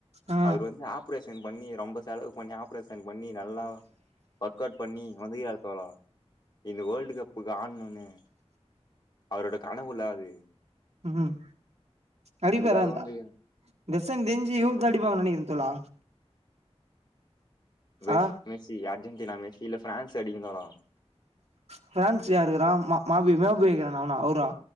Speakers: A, on the right (about 70°); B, on the left (about 40°).
A: ஆ
B: அவுர் வந்து ஆப்ரேஷன் பண்ணி ரொம்ப செலவு பண்ணி ஆப்ரேஷன் பண்ணி நல்லா ஒர்க் அவுட் பண்ணி வந்திகிராரு தோழா இந்த வேல்டு கப்புக்கு ஆட்ணுனு அவரோட கனவுல்ல அது
A: ம் அடிப்பாராந்தா
B: அதுக்காக வந்து
A: தசன் தெஞ்சு யூத் அடிப்பாங்க நனகிற தோழா
B: மெஸ்
A: ஆ
B: மெஸ்ஸி அர்ஜென்டினா மெஸ்ஸி இல்ல ஃபிரான்ஸ் அடிக்கு தோழா
A: ஃபிரான்ஸ் யாருகிறா மாப் மாப்பி மாப்பி இருகிறான் அவனா அவுரா